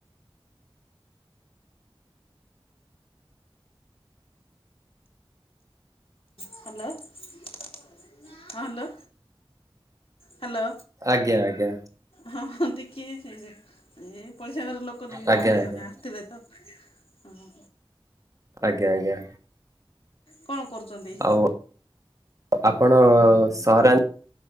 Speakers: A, on the left; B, on the right.
A: <unintelligible> ଅ ହଁ। ହ୍ୟାଲୋ ହଁ ହ୍ୟାଲୋ ହ୍ୟାଲୋ।
B: ଆଜ୍ଞା ଆଜ୍ଞା
A: ହଁ ହଁ। <unintelligible> ଏ ପଡିଶା ଘର ଲୋକ ନେଇ
B: ଆଜ୍ଞା
A: ଗୋଟେ
B: ଆଜ୍ଞା
A: ଜଣେ ଆସିଥିଲେ ତ। ହଁ।
B: ଆଜ୍ଞା ଆଜ୍ଞା।
A: କଣ କରୁଚନ୍ତି?
B: ଆଉ ଆପଣ ସହରା